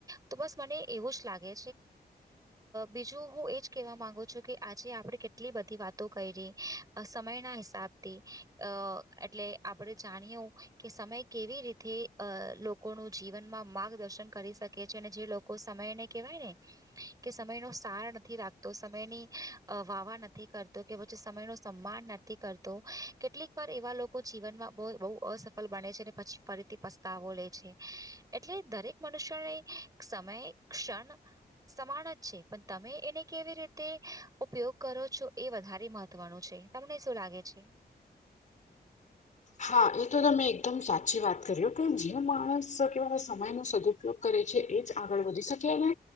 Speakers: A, on the right; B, on the left.
A: તો બસ મને એવું જ લાગે. બીજું હું એજ કહેવા માંગુ છું કે આજે આપે કેટલી બધી વાત. તું કરી સમય ના હિસાબથી અ એટલે આપણે જાણીય હું. કે સમય કેવી રીતે અ લોકોનું જીવનમાં માર્ગદર્શન કરી શકે છે અને જે લોકો સમયને. કેવાય ને. કે સમય નો સાર નથી રાખતો સમયની વાવા નથી કરતો કે પછી સમય ન સન્માન નથી. કરતો કેટલીક વાર એવા લોકો જીવનમાં બહુ અસફળ બને છે અને પછી ફરી. પસ્તાવો લે છે એટલે દરેક મનુષ્યોને સમય ક્ષણ. સમાન જ છે પણ તમે એને કેવી રીતે ઉપયોગ કરો છો એ વધારે મહત્વ. થવાનું છે તમને શું લાગે છે.
B: હા એ તો તમે એકદમ સાચી વાત કરી હો બેન કે જે માણસ કેવા સમય ન સદ ઉપ ઉપયોગ કરે છે એ જ આગળ વધી શકે અને.